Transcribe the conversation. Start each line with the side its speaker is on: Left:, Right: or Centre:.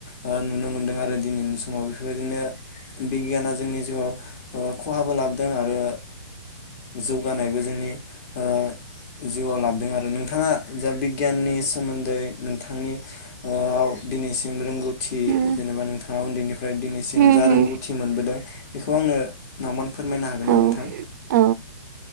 Left: ओ नुनो मोनदों आरो दिनैनि समाव बेफोरबायदिनो बिगियाना जोंनि जिउआव ओ खहाबो लाबोदों आरो जौगानायबो जोंनि ओ जिउआव लाबोदों आरो नोंथांङा जा बिगियाननि सोमोन्दै नोंथांनि ओआव दिनैसिम रोंगौथि
Right: उम
Left: जेनेबा नों थांङा उन्दैनि फ्राय दिनैसिम
Right: उम
Left: जा रोंगौथि
Right: उम
Left: मोनबोदों बेखौ आंनो नावमान फोरमायनो हागोन ना
Right: औ
Left: नोंथां?
Right: औ